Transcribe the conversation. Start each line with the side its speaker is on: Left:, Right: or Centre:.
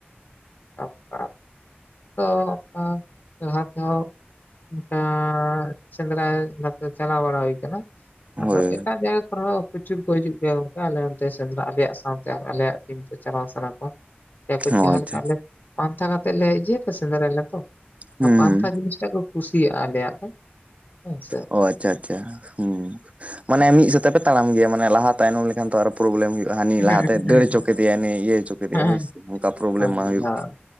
Left: <inaudible> ᱚ ᱟᱸ ᱞᱟᱦᱟ ᱛᱮᱦᱚᱸ ᱚᱝᱠᱟ ᱥᱮᱸᱫᱽᱨᱟᱭ ᱵᱷᱟᱵᱛᱨ ᱪᱟᱞᱟᱣ ᱵᱟᱲᱟ ᱦᱩᱭ ᱠᱟᱱᱟ᱾
Right: ᱦᱩᱸ
Left: ᱟᱫᱚ
Right: ᱦᱳᱭ
Left: ᱮᱴᱟᱜ ᱡᱟᱭᱜᱟ ᱠᱚᱨᱮ ᱦᱚᱸ ᱯᱚᱪᱩᱨ ᱠᱚ ᱦᱤᱡᱩᱜ ᱜᱮᱭᱟ ᱜᱚᱝᱠᱟ ᱟᱞᱮ ᱚᱱᱛᱮ ᱥᱮᱸᱫᱽᱨᱟ ᱟᱞᱮ ᱥᱟᱶ ᱛᱮ ᱟᱨ ᱟᱞᱮᱭᱟᱜ ᱴᱤᱢ ᱛᱮ ᱪᱟᱞᱟᱣ ᱥᱟᱱᱟ ᱠᱚᱣᱟ <inaudible>
Right: ᱚ
Left: ᱡᱟᱦᱟᱸ
Right: ᱟᱪᱪᱷᱟ
Left: ᱞᱮᱠᱟ ᱟᱞᱮ ᱯᱟᱱᱛᱷᱟ ᱠᱟᱛᱮᱜ ᱞᱮ ᱡᱮᱫ ᱦᱮᱸ ᱥᱮᱸᱫᱽᱨᱟᱭᱟᱞᱮ ᱛᱚ
Right: ᱦᱩᱸ
Left: ᱯᱟᱱᱛᱷᱟ
Right: ᱦᱩᱸ
Left: ᱡᱤᱱᱤᱥᱴᱟᱜ ᱠᱚ ᱠᱩᱥᱤᱭᱟᱜᱼᱟ ᱟᱞᱮᱭᱟᱜ ᱫᱚ ᱦᱮᱸ ᱥᱮ᱾
Right: ᱚ ᱟᱪᱪᱷᱟ ᱟᱪᱪᱷᱟ ᱦᱩᱸ ᱢᱟᱱᱮ ᱢᱤᱜ ᱥᱟᱛᱮ ᱯᱮ ᱛᱟᱲᱟᱢ ᱜᱮᱭᱟ ᱢᱟᱱᱮ ᱞᱟᱦᱟ ᱛᱟᱭᱱᱚᱢ ᱞᱮᱠᱷᱟᱱ ᱛᱚ ᱟᱨ ᱯᱨᱚᱵᱽᱞᱮᱢ ᱦᱩᱭᱩᱜᱼᱟ ᱦᱟᱹᱱᱤ
Left: ᱦᱮᱸ
Right: ᱞᱟᱦᱟᱛᱮ
Left: ᱦᱮᱸ
Right: ᱫᱟᱹᱲ ᱦᱚᱪᱚ ᱠᱮᱫᱮᱭᱟ ᱱᱤ ᱤᱭᱟᱹ ᱦᱚᱪᱚ ᱠᱮᱫᱮᱭ
Left: ᱦᱮᱸ
Right: ᱦᱳᱭᱥᱮ ᱚᱝᱠᱟ ᱯᱨᱚᱵᱞᱮᱢ
Left: ᱦᱮᱸ᱾
Right: ᱢᱟ ᱦᱩᱭᱩᱜ᱾